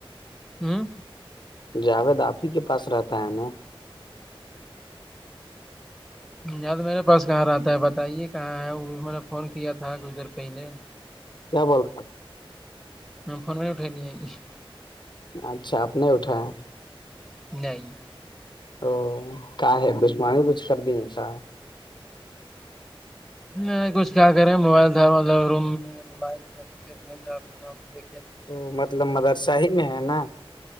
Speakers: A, in the centre; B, on the left.
A: ہوں
B: جاوید آپ ہی کے پاس رہتا ہے نا
A: یاد میرے پاس کہاں رہتا ہے بتائیے کہاں ہے وہ بھی میں نے فون کیا تھا کچھ دیر پہلے
B: بولق تھا
A: میں فون میں اٹھائی د ہیں ج
B: اچھا اپپ نے اٹھایا
A: <unintelligible>
B: تو کا ہے دشمانی کچھ کر دی کا
A: نہیں کچھ کیا کرے موبائل تھا مطلب روم میں موبائل رکھے تھےھر
B: تو مطلب مدرسہ ہی میں ہے نا